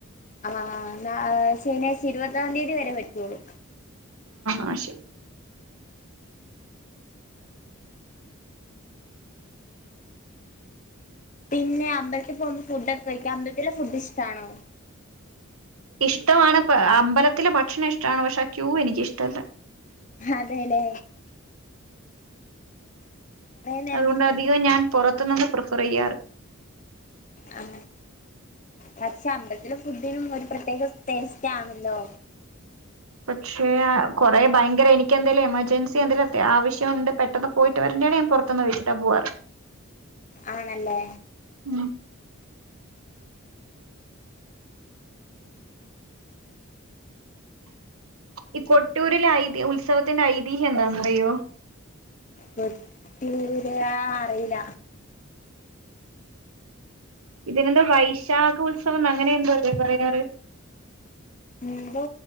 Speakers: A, on the left (about 35°); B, on the right (about 90°).
A: ആ ന ശനിയാഴ്ച ഇരുപതാം തീയ തി വരേ പറ്റുള്ളൂ
B: ആ ശെ
A: പിന്നെ അമ്പലത്തി പോകുമ്പം ഫുഡൊക്കെ കഴിക്കാം അമ്പലത്തിലെ ഫുഡിഷ്ടാണോ?
B: ഇഷ്ടമാണ് പ അമ്പലത്തിലെ ഭക്ഷണം ഇഷ്ടമാണ് പക്ഷെ ആ ക്യൂ എനിക്കിഷ്ടല്ല.
A: അതേല്ലേ നേരം
B: അതുകൊണ്ട്
A: നിക്കണം
B: അധികോം ഞാൻ പുറത്തുനിന്ന് പ്രിഫറ് ചെയ്യാറ്
A: ആ പക്ഷെ അമ്പലത്തിലെ ഫുഡിനും ഒരു പ്രത്യേക ടേസ്റ്റ് ആണല്ലോ.
B: പക്ഷേ കുറേ ഭയങ്കര എനിക്ക് എന്തേലും എമർജൻസി എന്തേലും അത്യാ ആവശ്യമുണ്ട് പെട്ടെന്ന് പോയിട്ട് വരണ്ടെയാണെ ഞാൻ പുറത്തൂന്ന് കഴിച്ചിട്ടാ പോവാറ്.
A: ആണല്ലേ
B: ഉം ഈ കൊട്ടിയൂരിലെ ഐതി ഉത്സവത്തിന്റെ ഐതിഹ്യം എന്താന്നറിയോ
A: കൊട്ടിയൂരെ അറിയില്ല
B: ഇതിനെന്തോ വൈശാഖ ഉത്സവന്ന് അങ്ങനെ എന്തോ അല്ലേ പറയാറ്?
A: എന്തോ